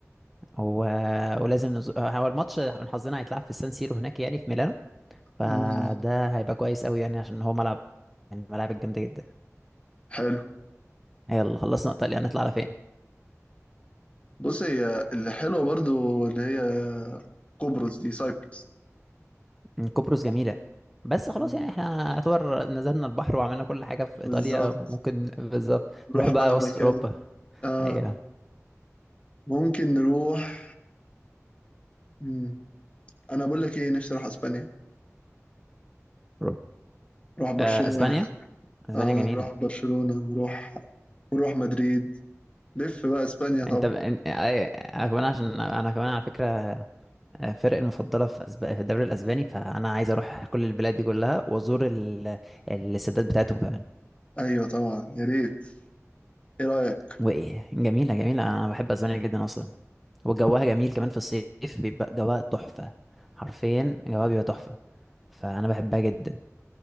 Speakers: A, in the centre; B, on the left.
A: و... ولازم نز... هو الماتش من حظنا هيتلعب في سان سيرو هناك يعني في ميلانو فده
B: مم.
A: هيبقى كويس قوي يعني عشان هو ملعب من الملاعب الجامده جدا
B: حلو
A: يلا خلصنا ايطاليا هنطلع على فين
B: بص هي اللي حلوة برضو اللي هي قبرص دي سايبرس
A: م، قبرص جميله بس خلاص
B: مم.
A: يعني احنا يعتبر نزلنا البحر وعملنا كل حاجه في
B: بالظبط
A: ايطاليا ممكن بالظبط
B: نروح
A: نروح بقى
B: بقى مكان
A: وسط اوروبا
B: آه
A: ايوه
B: ممكن نروح مم. انا بقول لك ايه نفسي اروح اسبانيا
A: أوروبا.
B: نروح برشلونة
A: آه، اسبانيا اسبانيا
B: اه
A: جميله
B: نروح برشلونة نروح نروح مدريد لف بقى اسبانيا طبعا
A: انت ب... ان- آه، انا كمان عشان انا كمان على فكره آه، فرق المفضله في أسب... في الدوري الاسباني فانا عايز اروح كل البلاد دي كلها وازور ال... السدات بتاعتهم كمان
B: ايوه طبعا يا ريت ايه رأيك
A: وايه جميله جميله انا بحب اسبانيا جدا اصلا وجوها جميل كمان في الصيف بيبقى جوها تحفه حرفيا جوها بيبقى تحفه فانا بحبها جدا